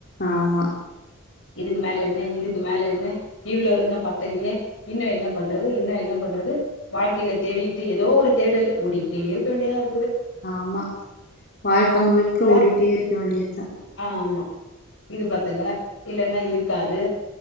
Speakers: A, on the left; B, on the left.
A: ஆமா
B: இதுக்கு மேல என்ன இதுக்கு மேல என்ன இவ்ளோ இருந்தும் பத்தலையே இன்னும் என்ன பண்றது இன்னும் என்ன பண்றது வாழ்க்கையில தேடிக்கிட்டு ஏதோ ஒரு தேடலு ஓடிக்கிட்டே இருக்க வேண்டியதா இருக்கு
A: ஆமா வாழ்க்க முழுக்க
B: இல்ல
A: ஓடிட்டே இருக்க வேண்டியதுதா
B: ஆமா இது பத்தல இல்லென்னா இருக்காது